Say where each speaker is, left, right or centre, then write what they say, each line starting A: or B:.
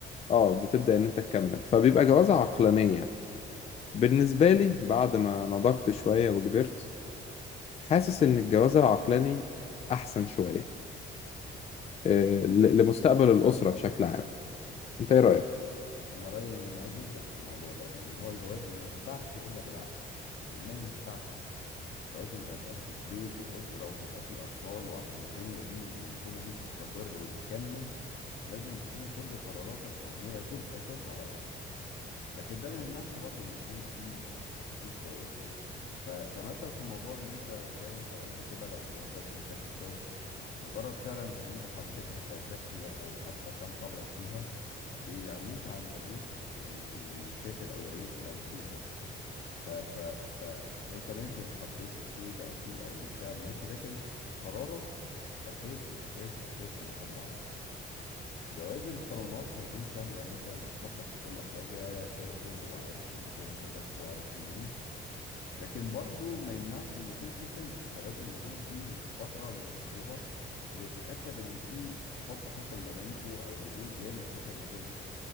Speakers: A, on the left (about 35°); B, on the left (about 70°).
A: اه بتبدأ ان انت تكمل فبيبقى جوازة عقلانية بالنسبة لي بعد ما نضجت شوية وكبرت حاسس ان الجواز العقلاني احسن شوية آه، ل- لمستقبل الأسرة بشكل عام أنت إيه رأيك؟
B: انا رأيي إن انا معاك جدا في الموضوع ده يعني هو الجواز ما ينفعش الا بالعقل يعني ما ينفعش جواز انت هتأسس بيت وأسرة وهيبقى فيه أطفال وعشان الدنيا دي المنظومة دي تستقر وتكمل لازم تكون كل قراراتك مبنية في الأساس على العقل لكن ده ما يمنعش برضو إن يكون في أحاسيس كويسة ف... فمثلا في موضوع إن أنت زي ما أنت قلت كده لو واحدة زميلتك في الشغل مجرد فعلا إن أنت حبيتها كشكل أو حتى كم طبع فيها بيعميك عن بقية ال- المشاكل أو العيوب لو فيها يعني ف ف فانت ماشي حبيت اوكي بقى في مشاعر ماشي لكن قرارك اساسي اساسي اساسي معتمد على عقلك جواز الصالونات هيكون سهل لان انت مخطط لكل حاجه سائل وعارف البيت اللي انت داخله وعارف دي مين لكن برضو ما يمنعش ان يكون في سنس فلازم يكون في فتره من الخطوبه اللي تتاكد ان في حب حصل ما بينكو او قبول جامد حصل ما بينكو